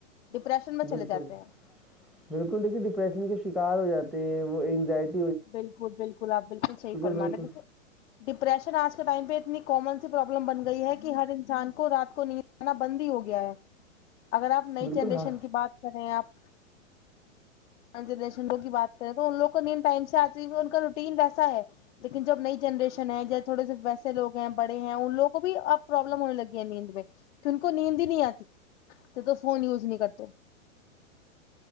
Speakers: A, on the left; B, in the centre.
A: ڈپریشن میں
B: بلکل
A: چلے جاتے ہیں
B: بلکل دیکھیے ڈپریشن کے شکار ہو جاتے ہیں وہ انینگزائٹی
A: بلکل بلکل آپ بلکل صحیح فرمارہے
B: بالکل
A: دیکھیے ڈپریشن آج کے ٹائم پہ اتنی کامن سی پروابلم بن گئی ہے کہ ہر انسان کو رات کو نیند کانا بند ہی ہو گیا ہے اگر آپ نئی
B: بالکل
A: جنریشن
B: ہاں
A: کی بات کر رہیں ہیں آپ پانچ جنریشن لو کی بات کریں تو ان لوگ کو نیند ٹائم سے آتی ان کا روٹین ویسا ہے لیکن جو اب نئی جنریشن ہے جو تھوڑے سے ویسے لوگ ہیں بڑے ہیں ان لوگوں کو بھی اب پروابلم ہونے لگی ہے نیند میں ان کو نیند ہی نہیں آتی تو فون یوز نہیں کرتے